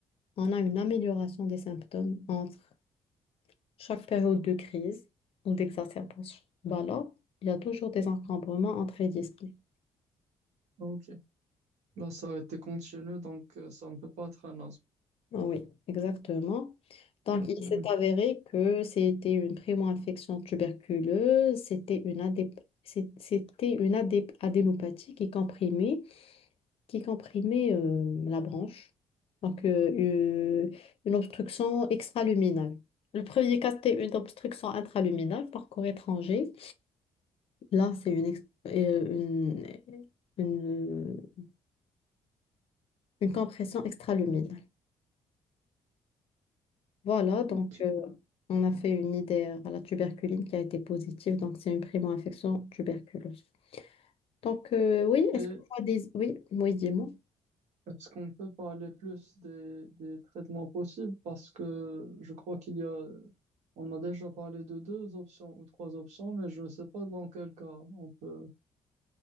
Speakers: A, on the left (about 55°); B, on the right (about 75°).
A: on a une amélioration des symptômes entre chaque période de crise ou d'exacerbation. Bah là, il y a toujours des encombrements entre les disciplines.
B: Ah, Ok. Là, ça a été continu, donc euh, ça ne peut pas être un asthme.
A: Ah Oui, exactement. Donc,
B: Ok,
A: il s'est
B: oui.
A: avéré que c'était une primo-infection tuberculeuse, c'était une, adép- c'est- c'était une adép- adénopathie qui comprimait qui comprimait euh, la branche. Donc, euh, euh, une obstruction extraluminale. Le premier cas, c'était une obstruction intraluminale par corps étranger. Là, c'est une, ex- euh, une, une, euh, une compression extraluminale. Voilà, donc
B: Ok.
A: euh, on a fait une idée à la tuberculine qui a été positive. Donc, c'est une primo-infection tuberculeuse. Donc, euh, oui,
B: Et
A: est-ce que tu as des... Oui, oui, dis-moi.
B: est-ce qu'on peut parler plus des, des traitements possibles? Parce que je crois qu'il y a, on a déjà parlé de deux options ou trois options, mais je ne sais pas dans quel cas on peut.